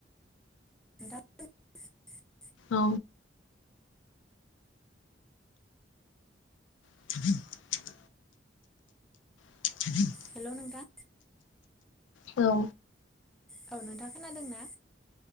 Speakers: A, in the centre; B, on the left.
A: <unintelligible>
B: औ <inaudible> <inaudible>
A: हेलौ नोंथां।
B: औ
A: औ नोंथाङा खोनादों ना?